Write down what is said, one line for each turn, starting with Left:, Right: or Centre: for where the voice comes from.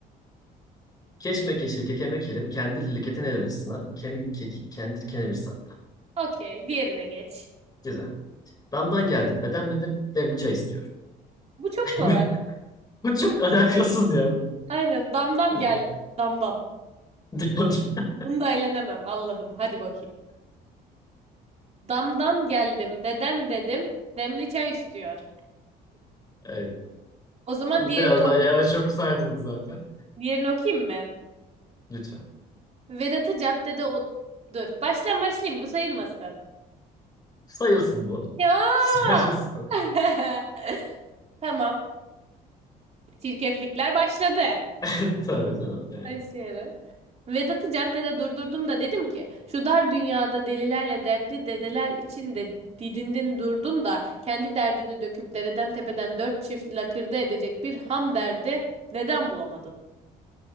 Left: Keşmekeşli kekeme kerim kendirli keten elbacısına kemik kekik kendir kenevir sattı.
Right: Okey, diğerine geç.
Left: Güzel. Damdan geldim bedem dedim demli çay istiyor.
Right: Bu çok
Left: <laughs>
Right: kolay.
Left: Bu çok alakasız ya.
Right: Aynen, damdam
Left: Evet.
Right: geldi. Damdam.
Left: <laughs>
Right: Bunu da eğlenemem Allah'ım. Hadi bakayım. Damdan geldim, dedem dedim, demli çay istiyor.
Left: Evet.
Right: O zaman
Left: Bunu
Right: diğerini,
Left: biraz
Right: ok-
Left: daha yavaş okusaydınız zaten.
Right: diğerini okuyayım mı?
Left: Lütfen.
Right: Vedat'ı caddede o... Dur, baştan başlayayım, bu sayılmasın.
Left: Sayılsın bu.
Right: Ya!
Left: <laughs> Sayılsın.
Right: <laughs> Tamam, çirkeflikler başladı.
Left: <laughs> Tabii canım yani.
Right: Kayseri. Vedat'ı caddede durdurdum da dedim ki şu dar dünyada delilerle dertli dedeler içinde didindin durdun da kendi derdini döküp dereden tepeden dört çift lakırdı edecek bir ham derdi neden bulamadın?